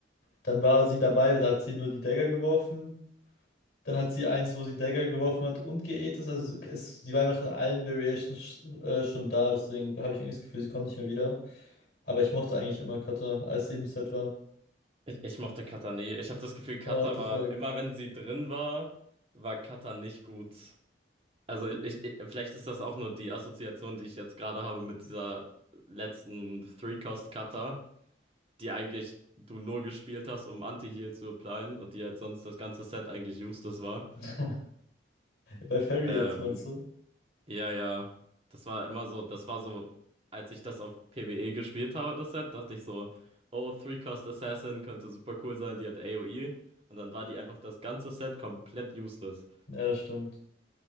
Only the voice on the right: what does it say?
Ich, ich mochte Katar nie. Ich habe das Gefühl, Katar
war,
immer wenn sie drin war, war Katar nicht gut. Also ich, ich, vielleicht ist das auch nur die Assoziation, die ich jetzt gerade habe mit dieser letzten Three-Cost-Cutter, die eigentlich du nur gespielt hast, um Anti-Heal zu applyen und die halt sonst das ganze Set eigentlich useless war.
Ähm,
ja, ja. Das war immer so, das war so, als ich das auf PvE gespielt habe, das Set, dachte ich so, oh, Three-Cost Assassin könnte super cool sein, die hat AoE. Und dann war die einfach das ganze Set komplett useless.